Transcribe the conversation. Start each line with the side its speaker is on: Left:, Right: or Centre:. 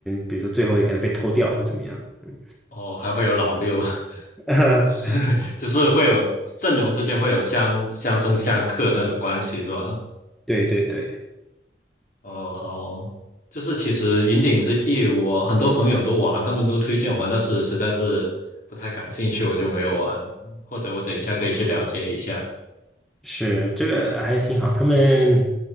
Centre: 比如说最后也可能被偷掉或怎么样，嗯，
Left: 哦，还会有老六啊，
Centre: <laughs>
Left: <laughs> 就是就是会有阵容之间会有相相生相克那种关系，是吧？
Centre: 对对对，
Left: 哦，好，就是其实云顶之弈，我很多朋友都玩，他们都推荐我玩，但是实在是不太感兴趣，我就没有玩。或者我等一下可以去了解一下。
Centre: 是这个还挺好，他们